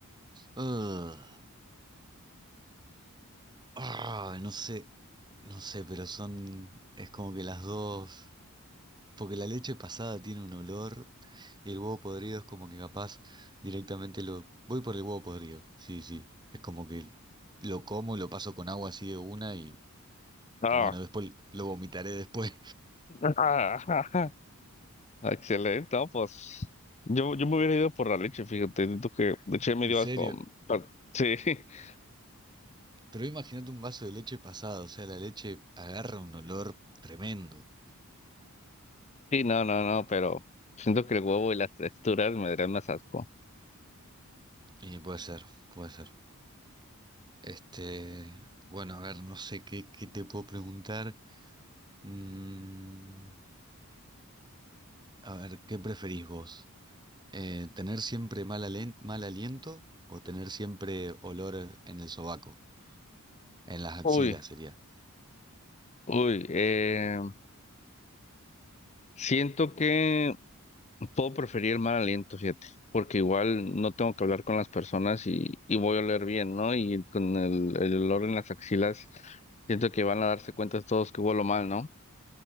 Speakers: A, on the right (about 20°); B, on the left (about 30°).
A: Ugh. Ah, no sé, no sé, pero son, es como que las dos, porque la leche pasada tiene un olor y el huevo podrido es como que capaz directamente lo, voy por el huevo podrido, sí, sí, es como que lo como, lo paso con agua así de una y,
B: Ah,
A: y bueno, después lo vomitaré después,
B: <laughs> excelente, ¿no? Pues yo, yo me hubiera ido por la leche, fíjate, siento que leche me
A: <laughs> en
B: dio
A: serio.
B: asco. pa- Sí, <laughs>
A: Pero imagínate un vaso de leche pasado, o sea, la leche agarra un olor tremendo.
B: sí, no, no, no, pero siento que el huevo y las texturas me darían más asco.
A: Y puede ser, puede ser. Este, bueno, a ver, no sé qué, qué te puedo preguntar. Mm, a ver, ¿qué preferís vos? Eh, ¿tener siempre mal alen- mal aliento o tener siempre olor en el sobaco? En las axilas
B: Uy,
A: sería.
B: uy, eh, siento que Puedo preferir mal aliento, fíjate, porque igual no tengo que hablar con las personas y, y voy a oler bien, ¿no? Y con el, el olor en las axilas, siento que van a darse cuenta todos que huelo mal, ¿no?